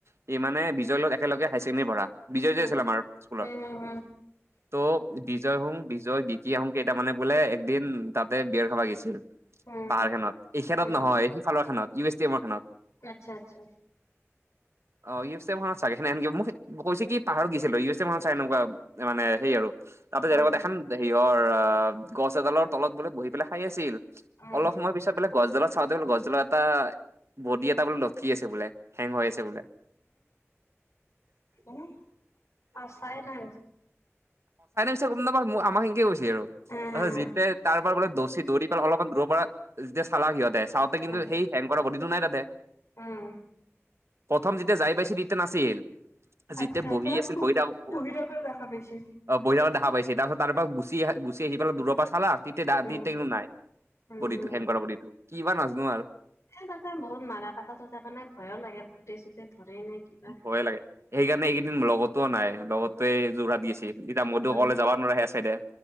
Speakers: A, on the right; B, on the left.
A: সি, মানে, বিজয়, লগত একেলগে হায়াৰ ছেকেণ্ডেৰী পঢ়া। বিজয় যে
B: উম
A: আছিল, আমাৰ স্কুলত,
B: উম
A: ত' বিজয়, হুং, বিজয়, বিকি, আহু, কেই তাৰ মানে, বোলে, একদিন, তাতে, বিয়াৰ খাবা গেইছিল।
B: উম উম
A: পাহাৰ খানত, এইখেনত
B: উম
A: নহয়,
B: উম
A: সিফালৰ খানত, ইউ এছ টিমাৰ খানত।
B: আচ্ছা, আচ্ছা।
A: অ', ইউ এছ এ মানত চা <unintelligible> মোক কৈছে, কি, পাহাৰত গৈছিলোঁ, ইউ এছ এ মানত চাই, এনেকুৱা মানে, সেই আৰু। তাৰ পাছত,
B: উম
A: এনেকুৱা দেখখন, হেৰিয়ৰ আহ, গছ এডালৰ তলত, বোলে, বহি পেলাই, খাই আছিল।
B: উম
A: অলপ সময় পিছত, বোলে, গছডালত চাওঁতে, বোলে, গছডালত এটা বডি এটা লটকি আছে, বোলে। হেং হৈ আছে, বোলে।
B: উ, আচাই নাই।
A: তই গম নাপাৱ, আমাক হেনকে কৈছে, আৰু।
B: উম
A: তাৰচত যেতিয়া তাৰ পৰা বোলে, দচি দৌৰি পেলাই অলপমান দূৰৰ পৰা যেতিয়া চালা সিহঁতে। চাওঁতে কিন্তু
B: উম
A: সেই হেং কৰা বডিটো নাই তাতে।
B: উম
A: প্ৰথম যেতিয়া যাই পাইছে নাছিল, যেতিয়া
B: আচ্ছা
A: বহি
B: যার
A: আছিল বহি থাক, <unintelligible>
B: বহি থাকোতে দেখা পাইছে
A: অ', বহি থাকাত দেখা পাইছি তাৰ পাছত, তাৰপৰা গুচি আহি, গুচি আহি পেলাই, দূৰৰ পৰা চালা, তেতিয়া
B: উম
A: <unintelligible> নাই।
B: উম
A: বডিটো, হেং কৰা বডিটো, কি বা নাজনো আৰু।
B: এ, তাতে বহুত মাৰা কাটা হয়যে, সেইকাৰণে ভয়ো লাগে। চুতে ধৰে নে কিবা
A: ভয়ে লাগে, সেইকাৰণে এইকেইদিন লগতোও নাই। লগতোৱে যোৰহাট গেইছে। এতিয়া মইতো
B: উম
A: অকলে যাবা নোৱাৰো সে চাইডে,